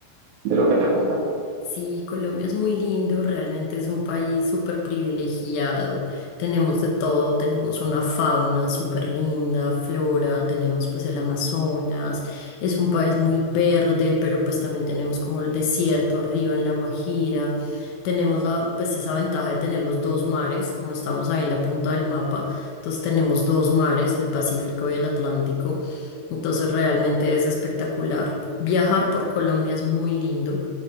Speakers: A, on the right; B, on the left.
A: de lo que te gusta.
B: Sí, Colombia es muy lindo, realmente es un país súper privilegiado. Tenemos de todo, tenemos una fauna súper linda, flora, tenemos pues el Amazonas, es un país muy verde, pero pues también tenemos como el desierto arriba en La Guajira. Tenemos la, pues esa ventaja de tener los dos mares, como estamos ahí en la punta del mapa, entonces tenemos dos mares, el Pacífico y el Atlántico. Entonces realmente es espectacular. Viajar por Colombia es muy lindo